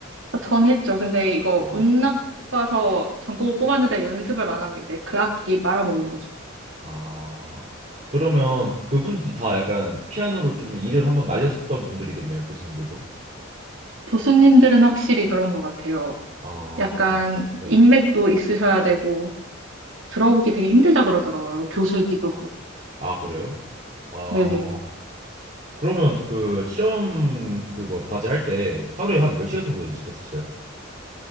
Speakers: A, on the right; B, on the right.
A: 전 했죠. 근데 이거
B: 아,
A: 운 나빠서 전곡을 뽑았는데 연습을 안 하면 이제 그 학기 말아먹은 거죠.
B: 아. 그러면 그분들도 다 약간 피아노로 좀 이름 한번 날렸었던 분들이겠네요, 교수님들도.
A: 교수님들은 확실히 그런 것 같아요.
B: 아,
A: 약간
B: 네.
A: 인맥도 있으셔야 되고 들어오기 되게 힘들다 그러더라고요. 교수직으로.
B: 아, 그래요? 아,
A: 네네.
B: 그러면 그 시험 그거 과제 할 때 하루에 한 몇 시간 정도 연습했었어요?